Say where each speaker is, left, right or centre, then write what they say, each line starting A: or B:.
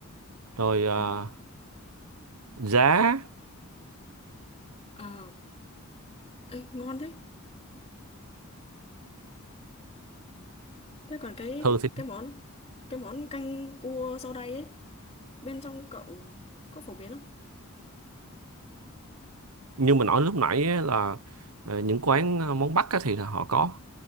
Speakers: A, on the right; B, on the left.
A: rồi à,
B: ừ
A: giá
B: à Ê, ngon thế thế còn cái
A: thường thì
B: cái món cái món canh cua rau đay ấy bên trong cậu có phổ biến không
A: như mình nói lúc nãy á, là ờ, những quán ờ, món Bắc á, thì là họ có